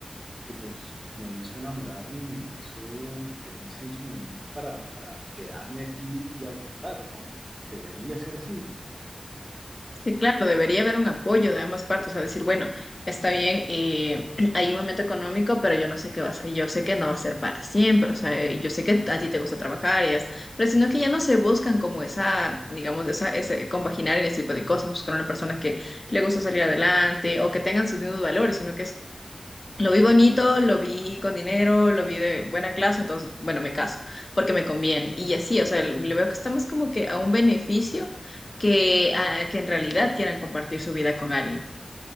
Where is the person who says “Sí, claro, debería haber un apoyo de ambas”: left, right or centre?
Left